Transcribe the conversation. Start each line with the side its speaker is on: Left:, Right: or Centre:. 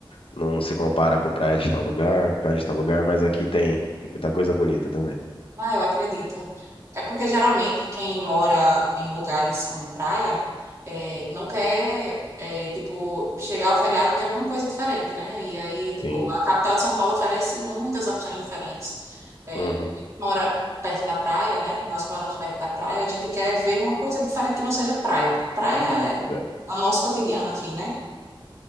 Left: Não se compara com praia de tal lugar, praia de tal lugar, mas aqui tem muita coisa bonita também.
Right: Ah, eu acredito. É porque geralmente quem mora em lugares como praia é, não quer, é, tipo, chegar ao feriado quer ver uma coisa diferente, né? E aí, tipo,
Left: Sim.
Right: a capital de São Paulo oferece muitas opções diferentes. É,
Left: Uhum.
Right: quem mora perto da praia, né? Nós que moramos perto da praia, a gente quer ver uma coisa diferente que não seja praia. Praia é
Left: É.
Right: o nosso cotidiano aqui, né?